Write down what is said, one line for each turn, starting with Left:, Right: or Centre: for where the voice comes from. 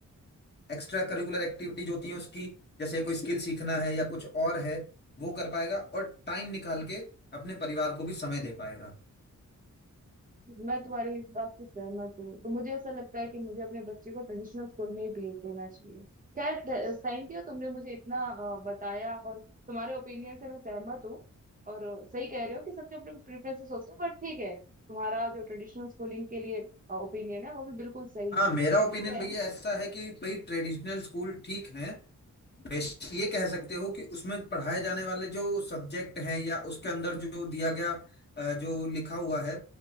Left: एक्स्ट्रा करिकुलर एक्टिविटीज होती हैं उसकी जैसे कोई स्किल सीखना है या कुछ और है वो कर पाएगा और टाइम निकाल के अपने परिवार को भी समय दे पाएगा
Right: मैं तुम्हारी इस बात से सहमत हूँ तो मुझे ऐसा लगता है कि मुझे अपने बच्चे को ट्रेडिशनल स्कूल में ही भेज देना चाहिए खैर थ- थैंक यू तुमने मुझे इतना अ, बताया और तुम्हारे ओपिनियन से मैं सहमत हूँ और अ, सही कह रहे हो कि सबके अपने प्रेफरेंसेस होते हैं बट ठीक है तुम्हारा जो ट्रेडिशनल स्कूलिंग के लिए ओपिनियन है वो भी बिल्कुल सही
Left: हाँ
Right: है ठीक
Left: मेरा ओपिनियन
Right: है
Left: भैया ऐसा है कि भाई ट्रेडिशनल स्कूल ठीक है निवेश ये कह सकते हो कि उसमें पढ़ाए जाने वाले जो सब्जेक्ट हैं या उसके अंदर जो दिया गया अ, जो लिखा हुआ है